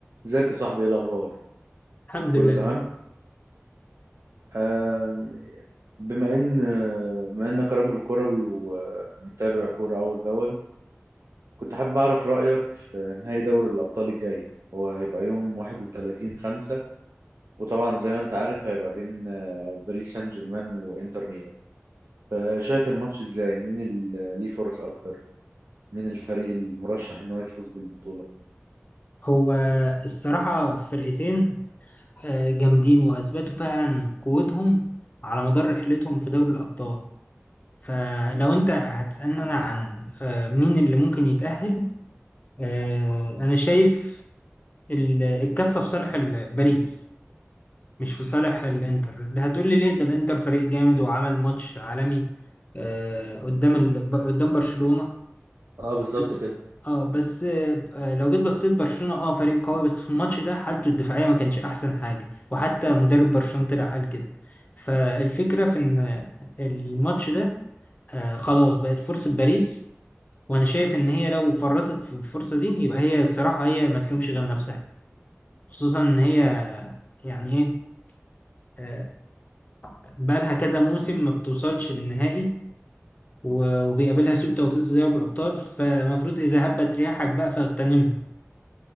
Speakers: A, on the right; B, on the left.
A: ازيك يا صاحبي ايه الاخبار
B: الحمد
A: كله
B: لله
A: تمام أم، بما ان بما انك راجل كروي ومتابع كوره اول باول كنت حابب اعرف رايك في نهائي دوري الابطال الجاي هو هيبقى يوم 31 5 وطبعا زي ما انت عارف هيبقى بين آه، باريس سان جيرمان وانتر ميلان آه، شايف الماتش ازاي مين اللي ليه فرص اكتر مين الفريق المرشح ان هو يفوز بالبطوله
B: هو الصراحة فرقتين آه، جامدين وأثبتوا فعلا قوتهم على مدار رحلتهم في دوري الأبطال فلو أنت هتسألني أنا عن آه، مين اللي ممكن يتأهل آه، أنا شايف ال- الكفة في صالح ال- باريس مش في صالح الإنتر ده هتقولي ليه ده الإنتر فريق جامد وعمل ماتش عالمي آه، قدام ال... قدام برشلونة
A: اه بالظبط
B: بس
A: كده
B: اه بس آه، لو جيت بصيت برشلونة اه فريق قوي بس في الماتش ده حالته الدفاعية ما كانش احسن حاجة وحتى مدرب برشلونة طلع قال كده فالفكرة في ان الماتش ده آه خلاص بقت فرصة باريس وانا شايف ان هي لو فرطت في الفرصة دي يبقى هي الصراحة هي ما تلومش غير نفسها خصوصا ان هي يعني ايه آه بقالها كذا موسم ما بتوصلش للنهائي و- وبيقابلها سوء توفيق في دوري الابطال فالمفروض اذا هبت رياحك بقى فاغتنمها